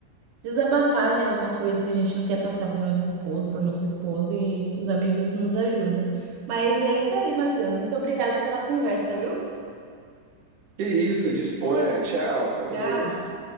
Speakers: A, on the right; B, on the right.
A: desabafar, né? Alguma coisa que a gente não quer passar para o nosso esposo, para nossa esposa, e os amigos nos ajudam. Mas é isso aí, Matheus. Muito obrigada pela conversa, viu?
B: Que isso, disponha. Tchau, fica com
A: Tchau.
B: Deus.